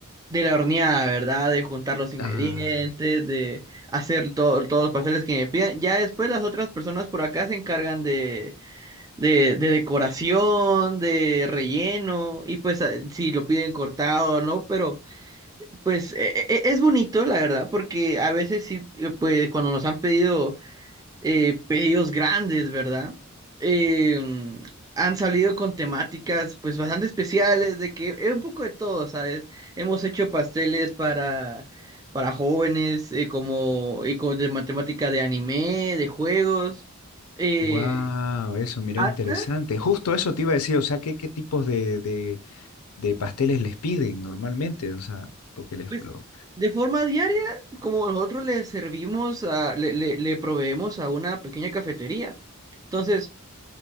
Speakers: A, on the right; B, on the left.
A: de la horneada, ¿verdad? De juntar los ingredientes,
B: Ah,
A: de hacer todo- todos los pasteles que me pidan. Ya después las otras personas por acá se encargan de, de, de decoración, de relleno, y pues a- si lo piden cortado o no, pero pues e- e- es bonito, la verdad, porque a veces sí, eh, pues cuando nos han pedido eh, pedidos grandes, ¿verdad? Em, han salido con temáticas pues bastante especiales, de que es un poco de todo, ¿sabes? Hemos hecho pasteles para, para jóvenes, eh, como y con, de matemática de anime, de juegos, eh,
B: wow, eso, mira,
A: hasta,
B: interesante. Justo eso te iba a decir,
A: sí,
B: o sea, ¿qué, qué tipos de, de, de pasteles les piden normalmente? O sea, porque les
A: pues,
B: lo...
A: de forma diaria, como nosotros le servimos, a- le, le le proveemos a una pequeña cafetería. Entonces,